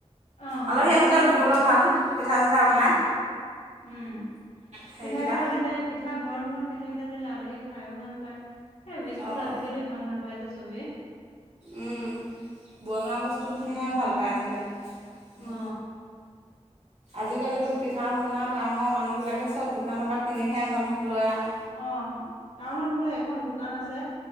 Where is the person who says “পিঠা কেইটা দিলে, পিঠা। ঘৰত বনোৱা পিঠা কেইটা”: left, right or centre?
Left